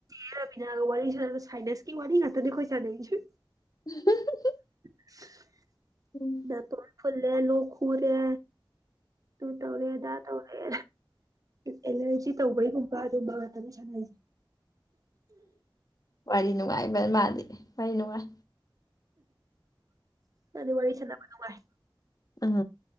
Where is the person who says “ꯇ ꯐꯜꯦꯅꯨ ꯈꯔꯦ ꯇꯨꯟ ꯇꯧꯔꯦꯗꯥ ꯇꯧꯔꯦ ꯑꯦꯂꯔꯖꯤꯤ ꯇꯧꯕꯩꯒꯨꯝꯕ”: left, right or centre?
Right